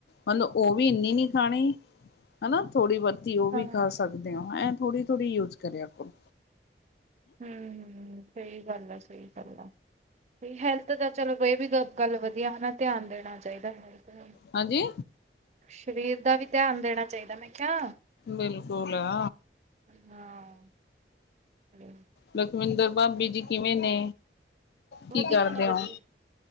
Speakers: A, on the left; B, on the right.
A: ਮਤਲੂੰ ਉਹ ਵੀ ਇੰਨੀ ਨੀ ਖਾਣੀ ਹੈ ਨਾ ਥੋੜ੍ਹੀ ਬੱਤੀ ਉਹ ਵੀ
B: ਹਮ
A: ਖਾ ਸਕਦੇ ਹੋ ਐਂ ਥੋੜ੍ਹੀ ਥੋੜ੍ਹੀ ਯੂਜ ਕਰਿਆ ਕਰੋ
B: ਹਮ ਹਮ ਸਹੀ ਗੱਲ ਆ ਸਹੀ ਗੱਲ ਆ ਹੈਲਥ ਤਾਂ ਚਲੋ ਕੋ ਇਹ ਵੀ ਗੱਲ ਵਧੀਆ ਹਨਾ ਧਿਆਨ ਦੇਣਾ ਚਾਹੀਦਾ ਹੈ
A: ਹਾਂਜੀ
B: ਸਰੀਰ ਦਾ ਵੀ ਧਿਆਨ ਦੇਣਾ ਚਾਹੀਦਾ ਮੈਂ ਕਿਹਾ
A: ਬਿਲਕੁਲ ਹੈ
B: ਹਾਂ ਹਾਂ
A: ਲਖਵਿੰਦਰ ਭਾਬੀ ਜੀ ਕਿਵੇਂ ਨੇ ਕੀ
B: ਵਧੀਆ
A: ਕਰਦੇ
B: ਨੇ ਵਧੀਆ
A: ਹੋ